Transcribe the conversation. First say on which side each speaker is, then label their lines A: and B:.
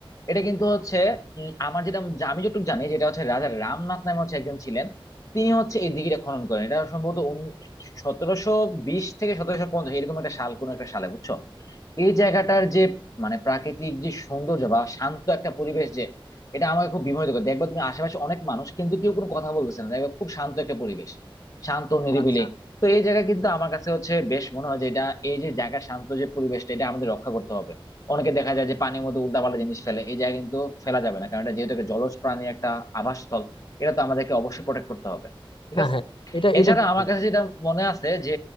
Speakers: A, on the left; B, on the left.
A: এটা কিন্তু হচ্ছে উম, আমার যেটা যা- আমি যতটুকু জানি যেটা হচ্ছে রাজা রামনাথ নামে হচ্ছে একজন ছিলেন তিনি হচ্ছে এই দিঘিটা খনন করেন এটা সম্ভবত সতেরোশো বিশ থেকে সতেরোশো পঞ্চাশ এরকম একটা সাল কোন একটা সালে বুঝছো এই জায়গাটার যে মানে প্রাকৃতিক যে সৌন্দর্য বা শান্ত একটা পরিবেশ যে এটা আমাকে খুব বিমোহিত করে দেখবা তুমি আশেপাশে অনেক মানুষ কিন্তু কেউ কোনো কথা বলতেছে না দেখবা খুব শান্ত একটা পরিবেশ শান্ত নিরিবিলি
B: আচ্ছা আচ্ছা।
A: তো এই জায়গা কিন্তু আমার কাছে হচ্ছে বেশ মনে হয় যে এটা এই যে জায়গা শান্ত যে পরিবেশটা এটা আমাদের রক্ষা করতে হবে অনেকে দেখা যায় যে পানির মধ্যে উল্টাপাল্টা জিনিস ফেলে এই জায়গা কিন্তু ফেলা যাবে না কারণ এটা যেহেতু একটা জলজ প্রাণীর একটা আবাসস্থল এটা তো আমাদেরকে অবশ্যই প্রোটেক্ট করতে হবে ঠিক
B: হ্যাঁ
A: আছে
B: হ্যাঁ এটা
A: এছাড়া
B: এটা ঠিক।
A: আমার কাছে যেটা মনে আছে যে